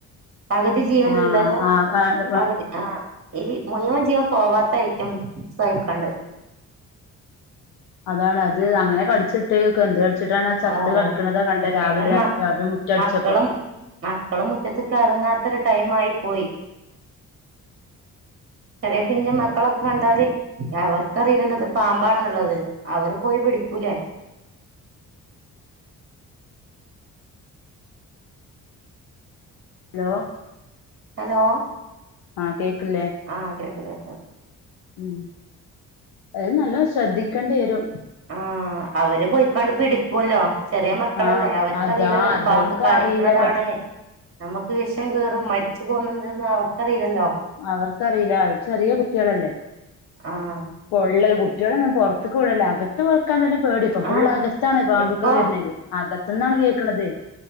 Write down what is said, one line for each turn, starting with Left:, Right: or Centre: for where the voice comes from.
Right: പകുതി ജീവനുള്ളതും
Left: ആഹ് ആഹ് ആഹ്
Right: പകുതി ആഹ് ഈ മുഴുവൻ ജീവൻ പോവാത്ത ഐറ്റംസായിക്കാണ്ട്
Left: അതാണ് അത് അങ്ങനെ കടിച്ച് ട്ട് എന്ത് കടിച്ചിട്ടാണ് ചത്ത്
Right: ആഹ്
Left: കിടിക്കണതാ കണ്ടെ രാവിലെ
Right: ഏതായാലും മക്ക
Left: രാവിലെ മുറ്റം അടിച്ചപ്പം
Right: മക്കളും മക്കളും മുറ്റത്തക്ക് ഇറങ്ങാത്തൊരു ടൈം ആയി പോയി ചെറിയ പിഞ്ച് മക്കളൊക്കെ കണ്ടാല് അവർക്കറിയില്ലല്ലോ ഇത് പാമ്പാണെന്നുള്ളത് അവര് പോയി പിടിക്കൂലേ
Left: ഹലോ
Right: അലോ
Left: ആഹ് കേക്ക്ണ് ല്ലേ
Right: ആഹ് കേക്ക്ണ്ട് കേക്ണ്ട്
Left: ഉം അത് നല്ലോ ശ്രദ്ധിക്കേണ്ടി വരും
Right: ആ അവര് പോയിക്കാണ്ട് പിടിക്കൂല്ലോ ചെറിയ മക്കളല്ലേ
Left: ആഹ്
Right: അവർക്ക്റിയില്ലല്ലോ
Left: അതാ
Right: അത്
Left: അതൊക്കെ
Right: പാമ്പ് കടിക്കണതാണ്
Left: അറിയില്ലല്ലോ
Right: നമുക്ക് വിഷം കേയറും മരിച്ചു പോകുമെന്ന് അവർക്കറിയില്ലല്ലോ
Left: അവർക്കറിയില്ല അഹ് ചെറിയ കുട്ടികളല്ലേ
Right: ആഹ്
Left: പൊള്ളൽ കുട്ടികളെന്നും പുറത്തക്ക് വിടേല്ല അകത്ത് അകത്ത് വെക്കാൻ തന്നെ പേടി അപ്പൊ ഫുള്
Right: ആഹ്
Left: അകത്താണ് പാമ്പുകൾ
Right: ഇപ്പൊ
Left: വരണത് അകത്തു നിന്നാണ് കേൾക്കണുന്നത്